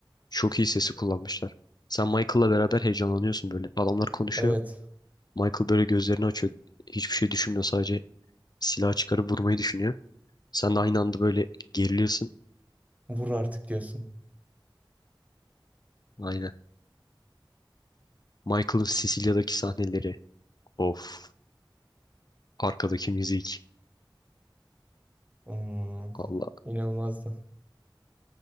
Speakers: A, on the left (about 50°); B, on the right (about 15°).
A: çok iyi sesi kullanmışlar. Sen Michael'la beraber heyecanlanıyorsun böyle. Adamlar konuşuyor.
B: Evet.
A: Michael böyle gözlerini açıyor. Hiçbir şey düşünmüyor. Sadece silah çıkarıp vurmayı düşünüyor. Sen de aynı anda böyle geriliyorsun.
B: Vur artık diyorsun.
A: Aynen. Michael'ın Sicilya'daki sahneleri. Of. Arkadaki müzik.
B: Hmm,
A: Valla.
B: inanılmazdı.